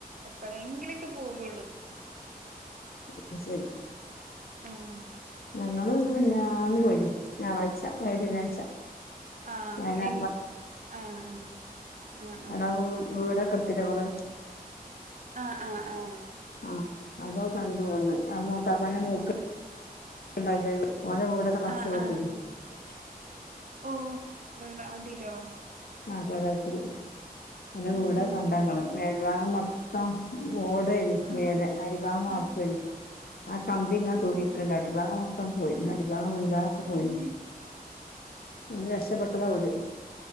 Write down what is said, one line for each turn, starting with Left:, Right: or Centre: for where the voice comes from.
Right: എപ്പളേങ്കിലൊക്കെ പോകുള്ളൂ
Left: അത്‌ ശെരി
Right: ആഹ്
Left: ഞങ്ങള് മിനിയാന്ന് പോയിനി ഞായറാഴ്ച അല്ല ശനിയാഴ്ച
Right: ആഹ്
Left: വയനാ
Right: എങ് ആഹ് ആഹ് ആഹ്
Left: എടാ വീ വീട് ഒക്കെ എട്ത്തീലെ കൊറേ
Right: ആഹ് ആഹ് ആഹ്
Left: ആഹ് അതോ കണ്ടു പോന്ന് ആ മൂത്താപ്പന്റെ മോക്ക്‌
Right: ആഹ്
Left: <unintelligible>
Right: ആഹ് ആഹ് ഓഹ് പ്രള അതിലോ
Left: ആ പ്രളയത്തില് ഓന്റെ
Right: ഉം
Left: വീട് ഒക്കെ
Right: ഉം
Left: കണ്ടാ ഇങ്ങള് മേൽഭാഗം മൊത്തം ഓടേനി
Right: ആഹ്
Left: മേലെ അടിഭാഗം വാർപ്പേനി
Right: ആഹ്
Left: ആ കമ്പി ഇങ്ങനെ തൂങ്ങിനിക്ക്‌ണ്ട്
Right: ആഹ്
Left: അടിഭാഗം മൊത്തം പോയി ഇനി അടിഭാഗം മുൻഭാഗം ഒക്കെ
Right: അങ്ങനെ
Left: പോയിന്ന് അയിന്ന് രക്ഷപെട്ടതാ ഓര്